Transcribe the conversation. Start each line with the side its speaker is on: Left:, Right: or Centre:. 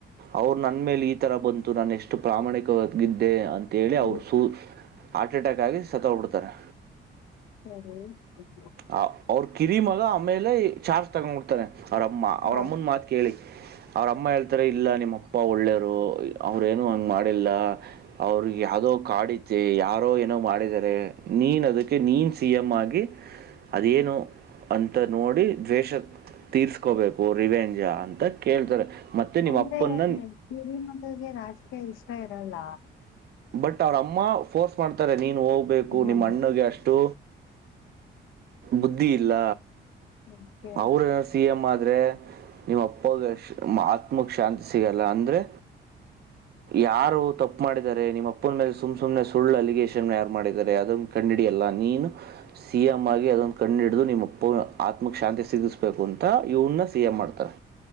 Right: ಅವರು ನನ್ನ ಮೇಲೆ ಈ ತರ ಬಂತು ನಾನು ಎಷ್ಟು ಪ್ರಾಮಾಣಿಕವಾಗಿದ್ದೆ ಅಂತ. ಹೇಳಿ
Left: ಸರಿ
Right: ಅವರ ಸು. ಹಾರ್ಟ ಅಟ್ಯಾಕಾಕ್ಕಾಗಿ ಆಗಿ. ಸತ್ತೋಗ ಹೋಗಬಿಡತ್ತಾರೆ.
Left: <unintelligible>
Right: ಆ ಅವ್ರ ಕಿರಿ ಮಗ ಆಮೇಲೆ ಚಾರ್ಜ್ ತಗೊಂಡ ಬಿಡ್ತಾನೆ. ಅವ್ರ ಅಮ್ಮ
Left: ಹಾ
Right: ಅವ್ರಮ್ಮನ ಮಾತ ಕೇಳಿ. ಅವ್ರಮ್ಮ ಹೇಳ್ತಾರೆ ಇಲ್ಲ ನಿಮ್ಮಪ್ಪ ಒಳ್ಳೆಯರು ಅವ್ರೇನೂ ಹಂಗೆ ಮಾಡಿಲ್ಲ ಅವ್ರಿಗೆ ಯಾವುದೋ ಕಾಡತಿ ಯಾರೋ ಏನೋ ಮಾಡಿದ್ದಾರೆ. ನೀನ ಅದಕ್ಕೆ ನೀನ. ಸಿ ಎಮ್ ಆಗಿ. ಅದೇನು ಅಂತ ನೋಡಿ ದ್ವೇಷ ತೀರ್ಸ್ಕೋಬೇಕು ರಿವೆಂಜ ಅಂತ. ಕೇಳ್ತಾರೆ ಮತ್ತೆ ನಿಮ್ಮ
Left: ಅಂದ್ರೆ
Right: ಅಪ್ಪನ್ನ
Left: ಕಿರಿ ಮಗಗೆ ರಾಜಕೀಯ ಇಷ್ಟ. ಇಷ್ಟ ಇರಲ್ಲ.
Right: ಬಟ್ ಅವ್ರ ಅಮ್ಮ ಫೋರ್ಸ್ ಮಾಡ್ತಾರೆ ನೀನು ಹೋಗ್ಬೇಕು
Left: ಹಾ
Right: ನಿಮ್ಮ ಅಣ್ಣಗೆ ಅಷ್ಟು. ಬುದ್ಧಿ ಇಲ್ಲ.
Left: ಓಕೆ
Right: ಅವ್ರ ಏನ ಸಿಎಂ ಆದ. ನಿಮ್ಮ ಅಪ್ಪಾಗ ಆತ್ಮಕ್ ಶಾಂತಿ ಸಿಗಲ್ಲ ಅಂದ್ರೆ ಯಾರು ತಪ್ಪು ಮಾಡಿದ್ದಾರೆ ನಿಮ್ಮ ಅಪ್ಪನ ಮೇಲೆ ಸುಮ್ ಸುಮ್ನೆ ಸುಳ್ಳು ಅಲಿಗೇಷನ್ ಯಾರು ಮಾಡಿದ್ದಾರೆ ಅದನ್ನ ಕಂಡ ಹಿಡಿಯಲ್ಲ ನೀನು ಸಿ ಎಮಂ ಆಗಿ ಅದನ್ನು ಕಂಡ ಹಿಡಿದು ನಿಮ್ಮಪ್ಪ ಆತ್ಮಕ್ಕೆ ಶಾಂತಿ ಸಿಗಿಸ್ಬೇಕು ಅ ಇವನ್ನ ಸಿ ಎಂ ಮಾಡ್ತಾರೆ.